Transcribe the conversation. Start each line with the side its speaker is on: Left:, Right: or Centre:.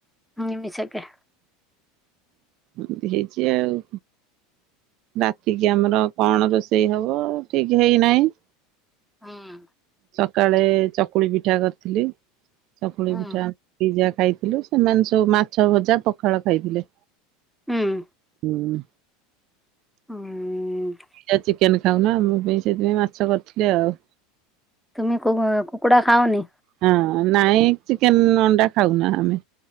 Centre: ନିମିଷେକେ
Right: ଉଁ ଉଁ ହେଇଚି ଆଉ ରାତି କି ଆମର କଣ ରୋଷେଇ ହବ ଠିକ୍ ହେଇନାହିଁ।
Centre: ହୁଁ ଉଁ
Right: ସକାଳେ ଚକୁଳି ପିଠା କରିଥିଲି ଚକୁଳି
Centre: ହୁଁ
Right: ପିଠା ଦି ଯା। ଖାଇଥିଲୁ ସେମାନେ ସବୁ ମାଛ ଭଜା ପଖାଳ ଖାଇଥିଲେ।
Centre: ହୁଁ ଉଁ
Right: ହୁଁ ଉଁ
Centre: ଉଁ
Right: ଦି ଯା ଚିକେନ୍ ଖାଉ ନା, ମୁଁ ବି ସେଇଥିପାଇଁ ମାଛ କରିଥିଲି ଆଉ।
Centre: ତୁମେ କୁ କୁକୁଡ଼ା ଖାଅନି?
Right: ହଁ ନାଇଁ ଚିକେନ୍ ଅଣ୍ଡା ଖାଉନା ଆମେ।